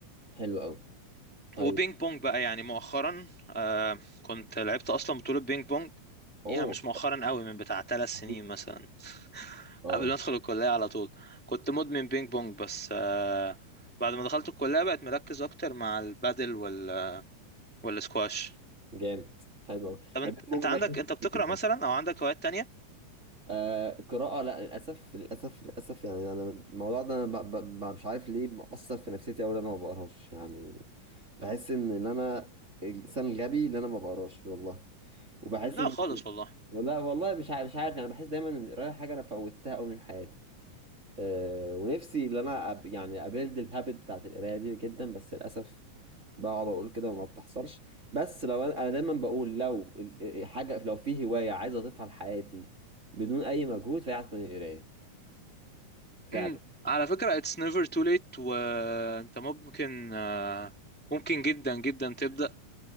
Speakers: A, on the right (about 25°); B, in the centre.
A: حلو قوي طيب
B: وبينج بونج بقى يعني مؤخرا آه كنت لعبت اصلا بطولة بينج بونج
A: اوه
B: يعني مش مؤخرا قوي من بتاع ثلاث سنين
A: اه
B: مثلا
A: آه.
B: قبل ما ادخل الكلية على طول كنت مدمن بينج بونج بس آه بعد ما دخلت الكلية بقت مركز اكتر مع البادل وال والسكواش
A: جامد حلو قوي
B: طب انت
A: البيج بونج
B: انت عندك انت بتقرأ
A: ده
B: مثلا او عندك هوايات تانية
A: آه قراءة لا للأسف للأسف للأسف يعني أنا الموضوع ده أنا ب- ب- ب- مش عارف ليه مأثر في نفسيتي أوي إن أنا ما بقراش يعني بحس إن إن أنا الإنسان الغبي اللي أنا ما بقراش والله وبحس
B: لا
A: إن
B: خالص والله
A: والله والله مش عارف مش عارف أنا بحس دايما إن القراية حاجة أنا فوتها أوي من حياتي آه، ونفسي ان انا أب يعني ابيلد الهابت بتاعت القرايه دي جدا بس للاسف بقعد اقول كده وما بتحصلش بس لو انا, أنا دايما بقول لو ال- آه، حاجه لو في هوايه عايز اضيفها لحياتي بدون اي مجهود فهي هتكون القرايه فعلا
B: امم على فكرة it's never too late وانت ممكن آه، ممكن جدا جدا تبدأ